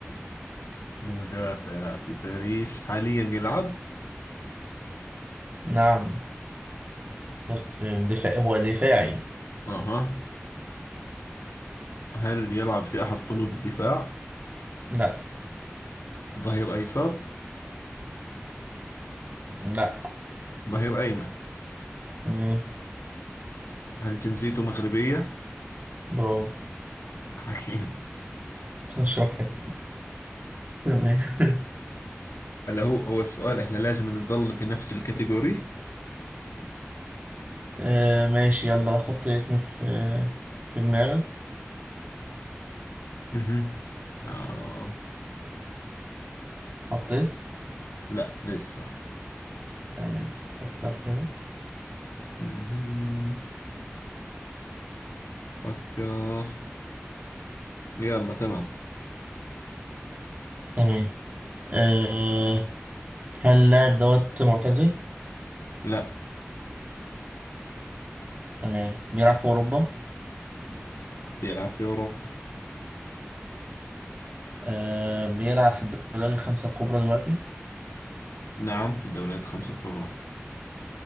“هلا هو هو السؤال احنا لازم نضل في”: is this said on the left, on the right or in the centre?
Left